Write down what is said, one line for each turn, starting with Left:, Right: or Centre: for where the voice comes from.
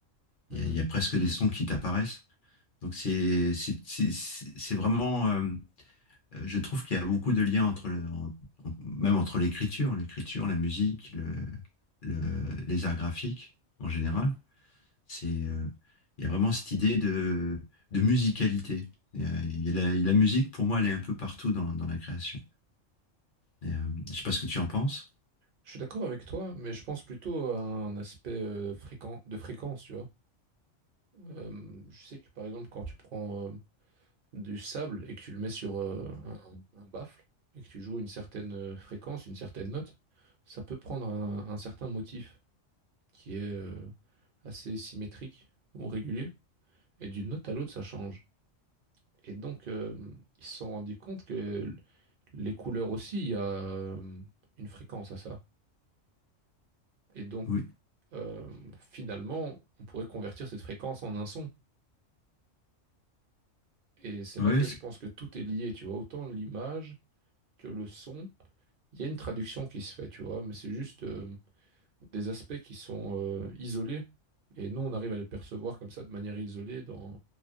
Right: Mhm.
Left: Il y a, il y a presque des sons qui t'apparaissent. Donc c'est c'est c'est- c'est- c'est vraiment, euh, euh, je trouve qu'il y a beaucoup de liens entre le, en- en- même entre l'écriture, l'écriture, la musique, le, le- les arts graphiques en général. C'est, euh, il y a vraiment cette idée de, de musicalité. Il y a- il y a la, la musique, pour moi, elle est un peu partout dans, dans la création. Et, euh, je sais pas ce que tu en penses.
Right: Je suis d'accord avec toi, mais je pense plutôt à un aspect euh, fréquent, de fréquence, tu vois. Euh, je sais que par exemple, quand tu prends euh, du sable et que tu le mets sur euh, un, un baffle et que tu joues une certaine euh, fréquence, une certaine note, ça peut prendre un, un certain motif qui est euh, assez symétrique ou régulier. Et d'une note à l'autre, ça change. Et donc, euh, ils se sont rendus compte que les couleurs aussi, il y a euh, une fréquence à ça. Et donc,
Left: Oui,
Right: euh, finalement, on pourrait convertir cette fréquence en un son. Et c'est
Left: oui,
Right: là que
Left: c'est-
Right: je pense que tout est lié, tu vois, autant l'image que le son Il y a une traduction qui se fait, tu vois, mais c'est juste euh, des aspects qui sont euh, isolés. Et nous, on arrive à les percevoir comme ça de manière isolée dans